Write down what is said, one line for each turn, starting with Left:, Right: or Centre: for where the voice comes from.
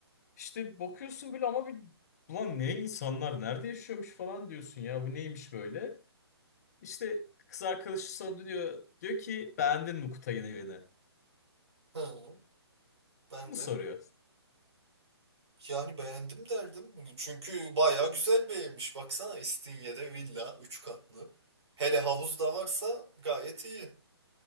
Left: İşte bakıyorsun böyle ama bir ulan ne insanlar nerede yaşıyormuş falan diyorsun ya bu neymiş böyle. İşte kız arkadaşı sana dönüyor. Diyor ki beğendin mi Kutay'ın evini?
Right: Hı. Ben
Left: Bunu
Right: de
Left: soruyor.
Right: yani beğendim derdim. Çünkü bayağı güzel bir evmiş. Baksana İstinye'de villa 3 katlı. Hele havuz da varsa gayet iyi.